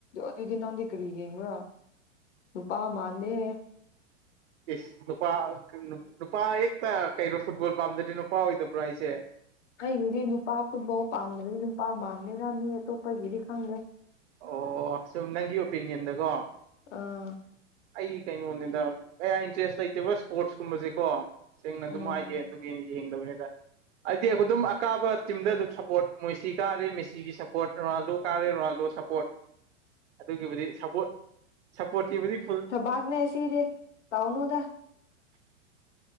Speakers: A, on the left (about 65°); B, on the right (about 65°).
A: ꯑꯗꯨꯗꯤ ꯅ ꯅꯗꯀ꯭ꯔꯤ ꯌꯦꯡ꯭ꯔ ꯅꯨꯨꯄꯥ ꯃꯥꯥꯟꯅꯦꯦꯦ
B: ꯏꯁꯁ ꯅꯨꯄꯥ ꯅꯨꯄꯥ ꯍꯦꯛꯇ ꯀꯩꯅꯣ ꯐꯨꯠꯕꯣꯜ ꯄꯥꯝꯗ꯭ꯗꯤ ꯅꯨꯄꯥ ꯑꯣꯏꯗꯕ꯭ꯔꯣ ꯑꯩꯁꯦ
A: ꯑꯩꯒꯤꯗꯤ ꯅꯨꯄꯥ ꯐꯨꯠꯕꯥꯎ ꯄꯥꯝꯗꯗꯤ ꯅꯨꯄꯥ ꯃꯥꯟꯅꯔꯝꯅꯤ ꯑꯇꯣꯞꯄꯒꯤꯗꯤ ꯈꯪꯗꯦ
B: ꯑꯣ ꯁꯨꯝ ꯅꯪꯒꯤ ꯑꯣꯄꯤꯅꯤꯌꯟꯗꯀꯣ
A: ꯑꯥ
B: ꯑꯩꯒꯤ ꯀꯩꯅꯣꯅꯤꯗ ꯀꯌꯥ ꯏꯟꯇꯔꯦꯁ ꯂꯩꯇꯦꯕ ꯏꯁꯄꯣꯔꯠꯁ ꯀꯨꯝꯕꯁꯦꯀꯣ ꯁꯦꯡꯅ ꯑꯗꯨꯝꯥꯏꯒꯦ
A: ꯎꯝ
B: ꯑꯗꯨꯒꯤ ꯌꯦꯡꯉ ꯅꯤꯗ ꯍꯥꯏꯗꯤ ꯑꯩꯈꯣꯏ ꯑꯗꯨꯝ ꯑꯀꯥꯕ ꯇꯤꯝꯗ ꯑꯗꯨꯝ ꯁꯞꯄꯣꯔꯠ ꯃꯣꯏꯁꯤ ꯀꯥꯔꯦ ꯃꯦꯁꯤꯒꯤ ꯁꯞꯄꯣꯔꯠ ꯔꯣꯅꯥꯜꯗꯣ ꯀꯥꯔꯦ ꯔꯣꯅꯥꯜꯗꯣ ꯁꯞꯄꯣꯔꯠ ꯑꯗꯨꯒꯤꯕꯨꯗꯤꯄ ꯁꯄꯣꯔꯠꯀꯤꯤꯕꯨꯗꯤ ꯐꯨꯜ
A: ꯕꯥꯒꯅꯦ ꯑꯦꯁꯤꯔꯦ ꯇꯥꯎꯅꯗ